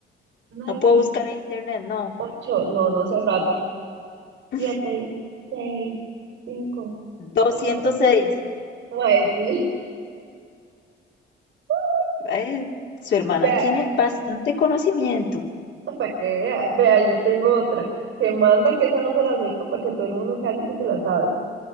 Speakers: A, on the right (about 85°); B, on the left (about 65°).
A: Nueve,
B: No puedo buscar en internet, no.
A: ocho, no, no se rata.
B: <laughs>
A: Siete, seis, cinco,
B: doscientos
A: cuatro.
B: seis
A: Ay, sí. <laughs>
B: eh, su hermana
A: Vea,
B: tiene bastante conocimiento.
A: para que vea, vea, y le tengo otra. Que manda que esa no se la sepa porque todo el mundo casi que se la sabe.